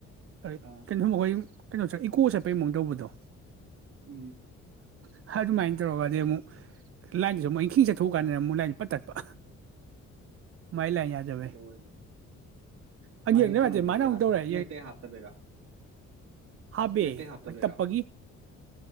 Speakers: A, on the right; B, on the right.
A: <unintelligible>
B: ꯑꯥ
A: ꯀꯩꯅꯣ ꯆꯠ ꯏꯀꯣ ꯆꯠꯄꯩ ꯃꯑꯣꯡ ꯇꯧꯕꯗꯣ
B: ꯎꯝ
A: ꯑ ꯑꯗꯨꯃꯥꯏꯅ ꯇꯧꯔꯒꯗꯤ ꯑꯃꯨꯛ ꯂꯥꯏꯟꯗꯨꯁꯨ ꯑꯃꯨꯛ ꯏꯪꯈꯤꯡ ꯆꯠꯊꯣꯛꯑ ꯀꯥꯟꯗ ꯑꯃꯨꯛ ꯂꯥꯏꯟ ꯄꯠ ꯇꯠꯄ ꯃꯥꯏꯂ ꯌꯥꯖꯕ
B: ꯂꯣꯏꯔꯦ
A: <unintelligible>
B: ꯃꯥꯏ ꯀꯩꯅꯣꯗꯣ
A: ꯃꯥꯅ
B: ꯌꯥꯗꯦ
A: ꯑꯃꯨꯛ ꯇꯧꯔꯦ
B: ꯅꯦꯠꯄꯦꯛ ꯍꯥꯞꯇꯕꯩꯔꯣ
A: ꯍꯥꯞꯄꯦ
B: ꯅꯦꯠꯄꯦꯛ ꯍꯥꯞꯇꯕꯩꯔꯣ
A: ꯇꯞꯄꯒꯤ